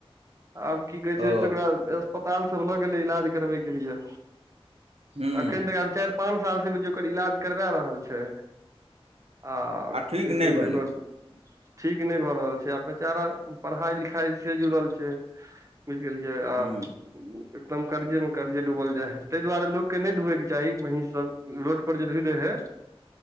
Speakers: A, on the right; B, on the right.
A: आब की कहै छै
B: ओ
A: से ओकरा अस्पताल सब लऽ गेलै इलाज करबैके लिए
B: हूँ
A: एखन तक आब चारि पाँच सालसँ बुझियौ ओकर इलाज करवाए रहल छै आ की
B: ठीक
A: कहै
B: नहि
A: छै से
B: भेलै
A: ओकर ठीक नहि भऽ रहल छै आ बेचारा पढ़ाई लिखाई से जुड़ल छै बुझि गेलियए आ
B: हूँ
A: एकदम कर्जे मे कर्जे डूबल जाय हय ताहि दुआरे लोक के नहि धोवएके चाही महीष सब रोड पर जे धोय दै हय